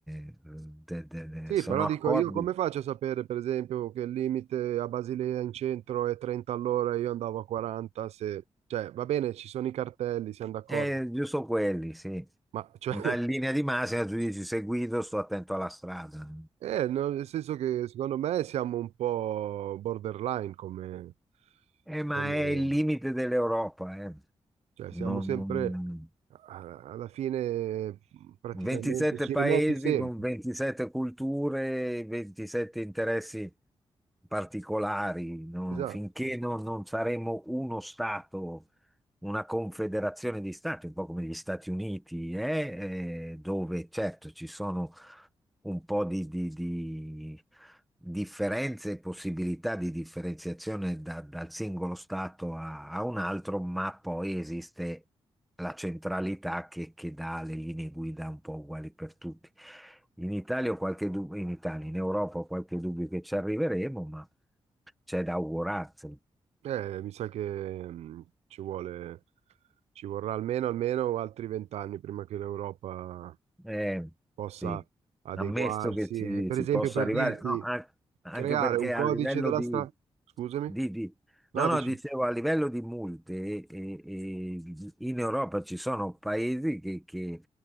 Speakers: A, in the centre; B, on the right.
A: eh, de- de- de-
B: Sì,
A: sono
B: però dico
A: accordi.
B: io come faccio a sapere, per esempio, che il limite a Basilea in centro è 30 all'ora e io andavo a 40, se... Cioè, va bene, ci sono i cartelli, siamo d'accordo,
A: Eh, giusto quelli, sì.
B: ma cioè,
A: Ma
B: <laughs>
A: in linea di massima tu dici se guido sto attento alla strada.
B: eh, no, nel senso che secondo me siamo un po' borderline come...
A: Eh, ma
B: come-
A: è il limite dell'Europa, eh.
B: cioè,
A: Non-
B: siamo sempre,
A: non-
B: a- alla fine, praticamente,
A: 27
B: ci
A: paesi
B: rimetti sempre.
A: con 27 culture, 27 interessi particolari. no?
B: Esatto.
A: Finché
B: sì.
A: non, non saremo uno Stato, una confederazione di Stati, un po' come gli Stati Uniti, eh, eh, dove certo ci sono un po' di, di- di differenze e possibilità di differenziazione da- dal singolo Stato a, a un altro, ma poi esiste la centralità che, che dà le linee guida un po' uguali per tutti. In Italia, ho qualche dub- in Italia, in Europa ho qualche dubbio che ci arriveremo, ma c'è da augurarsi.
B: Eh, mi sa che mh, ci vuole, ci vorrà almeno, almeno altri vent'anni prima che l'Europa
A: Eh,
B: possa
A: sì.
B: adeguarsi.
A: Ammesso che ci
B: E, per
A: si
B: esempio,
A: possa
B: per
A: arrivare,
B: dirti,
A: no, an- anche
B: creare
A: perché
B: un codice
A: a livello
B: della
A: di,
B: strada. Scusami?
A: di- di- no,
B: No,
A: no,
B: dici,
A: dicevo, a livello di multe, eh, eh, in Europa ci sono paesi che, che